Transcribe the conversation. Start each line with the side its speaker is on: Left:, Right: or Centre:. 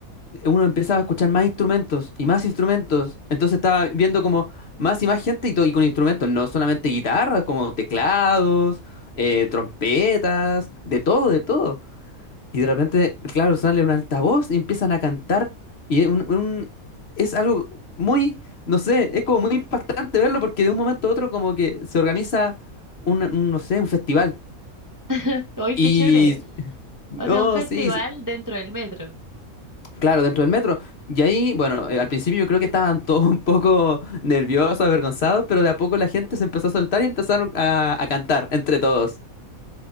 Left: uno empezaba a escuchar más instrumentos y más instrumentos. Entonces estaba viendo como más y más gente y, to- y con instrumentos, no solamente guitarras, como teclados, eh, trompetas, de todo, de todo. Y de repente, claro, sale un altavoz y empiezan a cantar. Y es un, un- es algo muy, no sé, es como muy impactante verlo porque de un momento a otro como que se organiza un, un, no sé, un festival.
Right: <laughs> Uy,
Left: Y
Right: qué chévere.
Left: no,
Right: O sea, un festival
Left: sí,
Right: dentro del metro.
Left: Claro, dentro del metro. Y ahí, bueno, eh, al principio yo creo que estaban todos un poco nerviosos, avergonzados, pero de a poco la gente se empezó a soltar y empezaron a, a cantar entre todos.